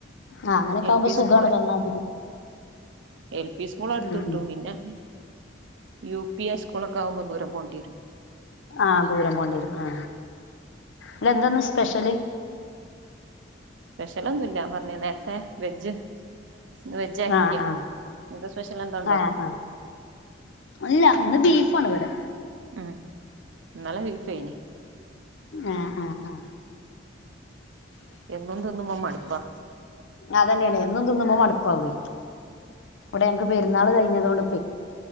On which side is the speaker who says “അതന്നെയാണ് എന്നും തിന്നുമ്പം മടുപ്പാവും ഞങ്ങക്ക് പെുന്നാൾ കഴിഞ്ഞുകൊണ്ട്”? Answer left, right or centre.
Left